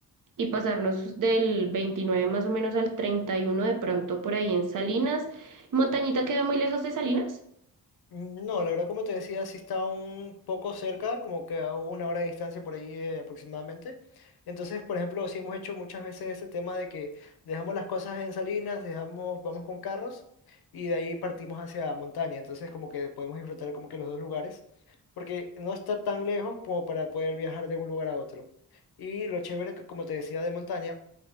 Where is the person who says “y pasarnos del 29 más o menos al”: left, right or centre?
Right